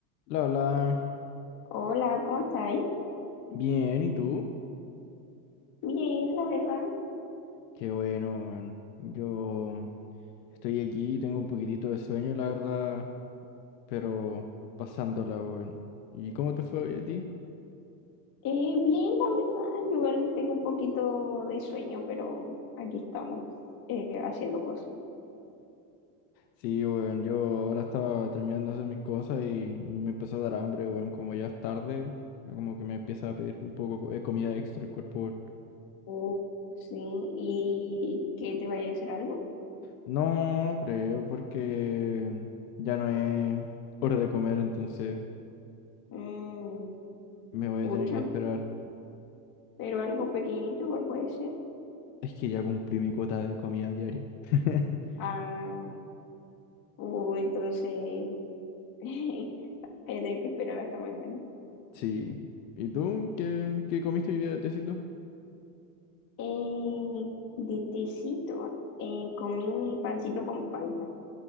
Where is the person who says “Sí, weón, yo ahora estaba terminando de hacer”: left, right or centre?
Left